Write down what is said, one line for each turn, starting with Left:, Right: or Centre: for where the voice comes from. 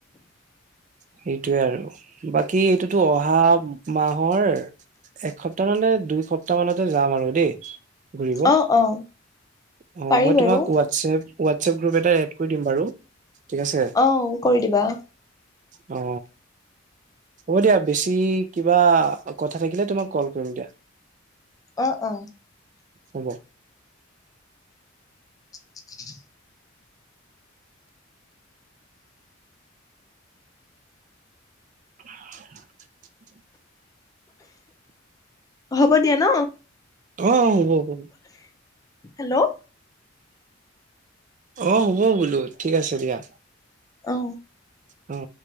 Right: সেইটোৱে আৰু বাকী এইটোতো অহা মাহৰ এসপ্তাহ মানে দুই সপ্তাহ মানতে যাম আৰু দেই। ঘুৰিব
Left: অ', অ'।
Right: অ',
Left: পাৰি
Right: মই
Left: বাৰু
Right: তোমাক হটছএপ হটছ‌এপ‌ গ্ৰুপ এটা এড কৰি দিম বাৰু। ঠিক আছে?
Left: অ', কৰি দিবা
Right: অ হ'ব দিয়া বেছি কিবা কথা থাকিলে তোমাক কল কৰিম দিয়া
Left: অ অ
Right: হ'ব
Left: <inaudible>
Right: <inaudible>
Left: হ'ব দিয়া ন
Right: অঁ অ হ'ব হ'ব
Left: হেল্ল'
Right: অ হ'ব বোলো ঠিক আছে দিয়া
Left: অ
Right: অ